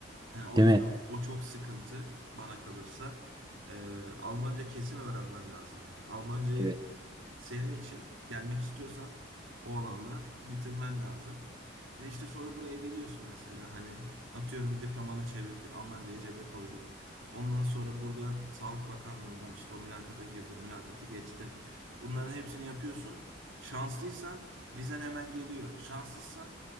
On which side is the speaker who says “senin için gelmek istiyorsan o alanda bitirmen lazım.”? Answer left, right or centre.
Right